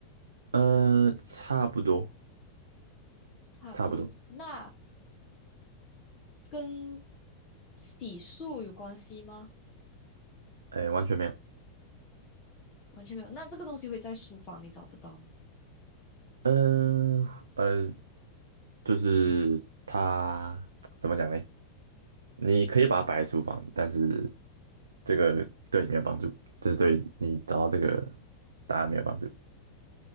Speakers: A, on the right; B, on the left.
A: 呃，差不多，
B: 差不多。
A: 差不多，
B: 那跟洗漱有关系吗？
A: 哎，完全没有。
B: 完全没有。那这个东西会在书房里找得到吗？
A: 嗯、呃，就是他怎么讲呢？你可以把它摆在厨房，但是这个对你没有帮助，就是对你找到这个答案没有帮助。